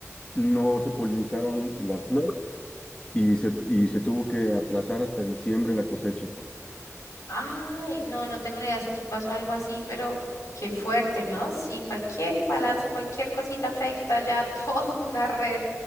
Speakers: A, on the left (about 20°); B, on the left (about 85°).
A: no se polinizaron las flores y se, y se tuvo que aplazar hasta diciembre la cosecha.
B: Ay, no, no tengo ni idea si aquí pasó algo así, pero qué fuerte, ¿no? Sí, cualquier imbalance, cualquier cosita afecta ya toda <laughs> una red